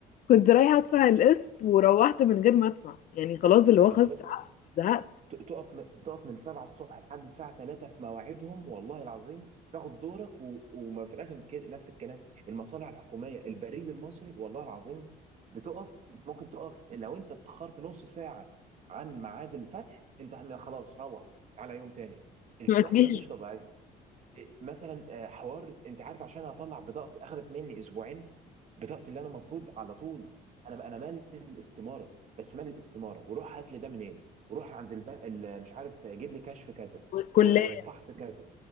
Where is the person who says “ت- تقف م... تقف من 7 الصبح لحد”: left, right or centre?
Right